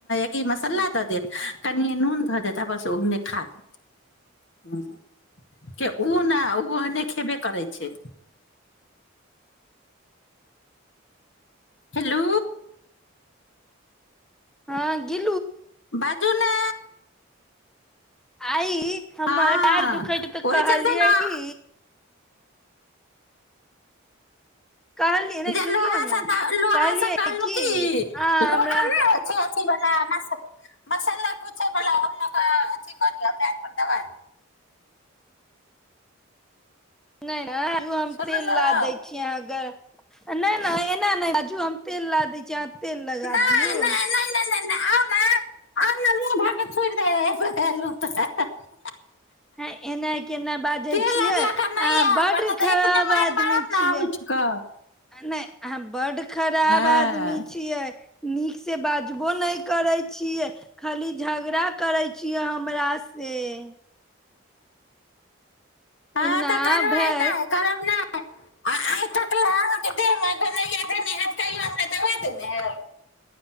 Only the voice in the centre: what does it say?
अच्छा
हँ गी
आइ हमर
पैर दुखै तऽ
कहलियै
कि कहलियै नहि
सुनियौ
ने
कहलियै
अहाँ
हमरा
नै नै रुकू हम
तेल ला दै छी अहाँ गरम नहि नहि एना नहि बाजू हम पेन ला दै छी अहाँक तेल लगा
दियौ
हें एना केना बाजै
छियै
अहाँ
बड्ड
खराब
आदमी
छियै
नहि अहाँ बड्ड खराब
आदमी छियै नीकसँ बाजबो नहि करै छियै खाली झगड़ा करै छियै हमरासें
एना
भेल